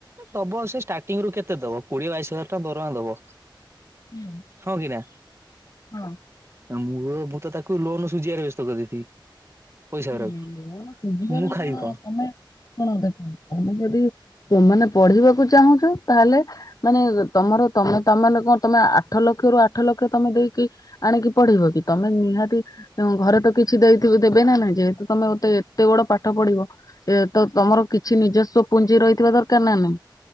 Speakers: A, on the right; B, on the left.
A: ଦବ ସେ ଷ୍ଟାର୍ଟିଂ ରୁ କେତେ ଦବ କୋଡିଏ ବାଇଶି ହଜାର ଟଙ୍କା ଦରମା ଦବ।
B: ହୁଁ।
A: ହଁକି ନା।
B: ହଁ।
A: ମୋ ମୁଁ ତ ତାକୁ ଲୋନ ସୁଝିବାରେ ବ୍ୟସ୍ତ କରି ଦେଇଥିବି। ପଇସା
B: ନାଇଁ
A: ଗୁରାକୁ
B: ନାଇଁ ଲୋନ ସୁଝିବାରେ
A: ମୁଁ ଖାଇବି କଣ?
B: ତମେ ଶୁଣ ଦେଖ ତମେ ଯଦି ମାନେ ପଢିବାକୁ ଚାହୁଁଚ ତାହେଲେ ମାନେ ତମର ତମେ ତମେ ମାନେ କଣ ତମେ ଆଠ ଲକ୍ଷ ରୁ ଆଠ ଲକ୍ଷ ତମେ ଦେଇକି ଆଣିକି ପଢିବ କି ତମେ ନିହାତି ଘରେ ତ କିଛି ଦେଇଥିବ ଦେବେ ନା ନାଇଁ। ଯେହେତୁ ତମେତେ ଏତେ ବଡ଼ ପାଠ ପଢି଼ବ। ଏ ତ ତମର କିଛି ନିଜସ୍ୱ ପୁଞ୍ଜି ରହିଥିବା ଦରକାର ନା ନାଇଁ।